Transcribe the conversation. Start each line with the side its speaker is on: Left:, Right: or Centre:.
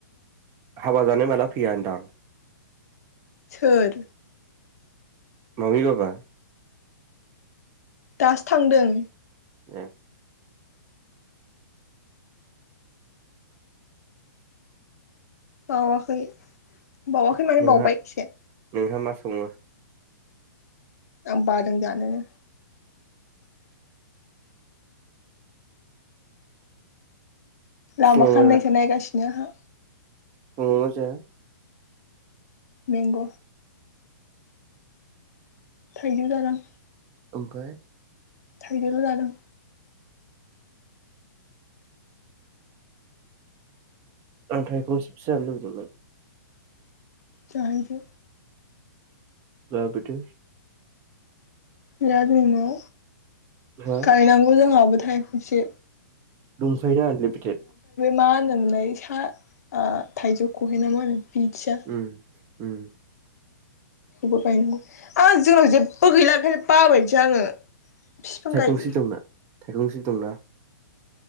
Right: हाबा जानो माला फैया होनदां?
Left: सोर
Right: मामि बाबा
Left: दासो थांदों
Right: ओ
Left: बावाखै बावाखै माने
Right: नोंहा
Left: बावबाय एसे
Right: नोंहा मा सङो
Left: आ बादों जानोनो लामा
Right: फुङाव
Left: खान्दायसो नायगासिनो आंहा
Right: अमाबा जाया
Left: मेंंग' थाइजौ जादों
Right: ओमफाय
Left: थायजौल' जादों
Right: <unintelligible>
Left: जाहैदो
Right: लाबोदो।
Left: जादोंनो
Right: हा
Left: गायनांगौ जोंहा खावसे
Right: दंखायोना आनलिमिटेड।
Left: मा होनोमोनलाय बेसा ओ थाइजौ खहेना माहोनो मोनथिया
Right: उम उम
Left: बेबो गायनांगौ ओं जोंनाव जेबबो गैला ओंखायनो बाबायसो आङो बिफां
Right: थाइखंस्रि
Left: गायदों
Right: दंना थाइखंस्रि दंना